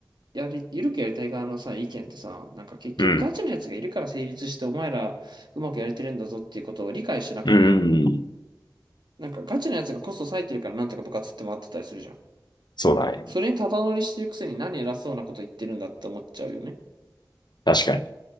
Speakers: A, on the right (about 80°); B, on the left (about 70°).
A: やり、緩くやりたい側のさ、意見ってさ、なんか結局ガチのやつがいるから成立して、
B: うん。
A: お前らうまくやれてるんだぞっていうことを理解してなくない
B: うん。うん
A: なんかガチのやつがコスト割いてるからなんとか部活って回ってたりするじゃん。
B: そうだね。
A: それにただ乗りしてるくせに何偉そうなこと言ってるんだって思っちゃうよね。
B: 確かに。